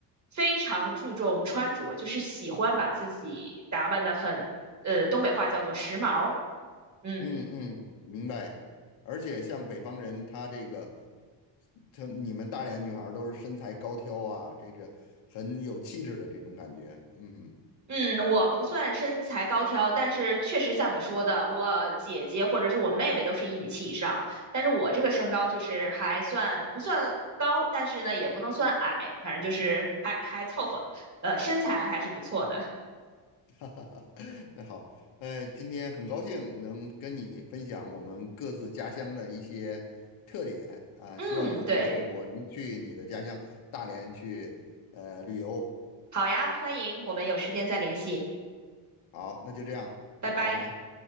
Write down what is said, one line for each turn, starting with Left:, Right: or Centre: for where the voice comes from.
Right: 非常注重穿着，就是喜欢把自己打扮得很，呃，东北话叫做时髦，嗯。
Left: 嗯嗯，明白。而且像北方人，他这个就你们大连女孩儿都是身材高挑啊，这个很有气质的这种感觉。嗯，
Right: 嗯，我不算身材高挑，但是确实像你说的，我姐姐或者是我妹妹都是一米七以上，但是我这个身高就是还算不算高，但是呢也不能算矮，反正就是还还凑合，呃，身材还是不错的。
Left: <laughs> 哈哈哈。那好，呃，今天很高兴能跟你分享我们各自家乡的一些特点啊，
Right: 嗯，
Left: 希望有机会我能去你的家乡大连去呃旅游。
Right: 对，好呀，欢迎，我们有时间再联系，
Left: 好，那就这样，
Right: 拜拜。
Left: 拜拜。